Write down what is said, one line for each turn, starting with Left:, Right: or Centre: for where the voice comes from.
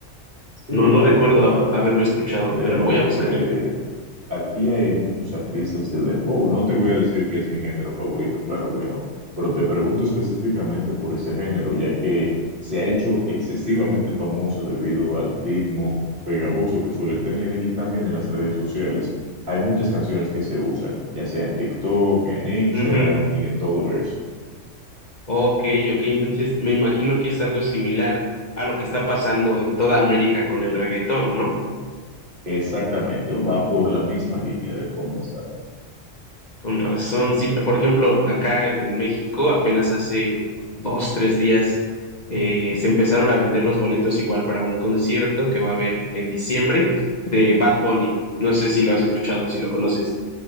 Right: Sí,
Left: No,
Right: el
Left: no recuerdo
Right: alfa
Left: haberlo escuchado,
Right: realmente
Left: pero lo voy a buscar.
Right: Aquí hay muchos artistas de dembow. No te voy a decir que es mi género favorito, claro que no, pero te pregunto específicamente por ese género, ya que se ha hecho excesivamente famoso debido al ritmo pegajoso que suele tener y también en las redes sociales. Hay muchas canciones que se usan, ya sea en TikTok, en Instagram
Left: Ujú.
Right: y en todo eso.
Left: Ok, ok. Entonces me imagino que es algo similar a lo que está pasando en toda América con el reggaetón, ¿no?
Right: Exactamente, va por la misma línea de forma exacta.
Left: Con razón, sí. Por ejemplo, acá en México apenas hace dos, tres días eh, se empezaron a vender los boletos igual para un concierto que va a haber en diciembre de Bad Bunny. No sé si lo has escuchado, si lo conoces.